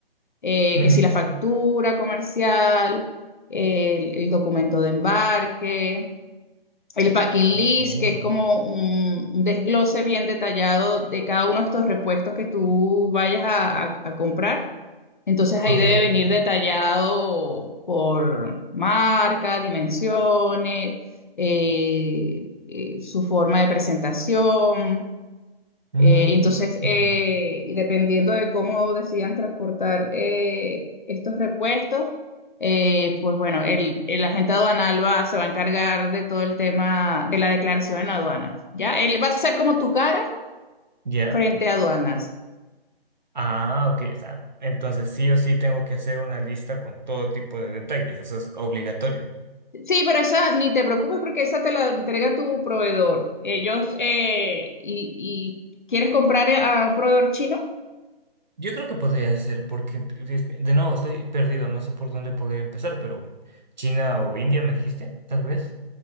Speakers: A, on the left; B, on the right.
A: eh,
B: ujú.
A: que si la factura comercial, el, el documento de embarque, el packing
B: Ok,
A: list, que es como un, un desglose bien detallado de cada uno de estos repuestos que tú vayas a, a- a comprar. Entonces ahí
B: ok,
A: debe venir
B: ok.
A: detallado por marca, dimensiones, eh, eh, su forma de presentación.
B: Mm,
A: Eh, entonces,
B: mm,
A: eh, y dependiendo de cómo decidan transportar eh, estos repuestos, eh, pues bueno, el, el agente aduanal va, se va a encargar de todo el tema de la declaración en aduanas, ¿ya? Él va a ser como tu cara
B: Ya.
A: frente a aduanas.
B: Ah, ok, o sea, entonces sí o sí tengo que hacer una lista con todo tipo de detalles, eso es obligatorio.
A: Sí, pero esa ni te preocupes porque esa te la entrega tu proveedor. Ellos, eh, y, y quieres comprar a un proveedor chino,
B: Yo creo que podría ser, porque de de nuevo estoy perdido, no sé por dónde podría empezar, pero China o India me dijiste, tal vez.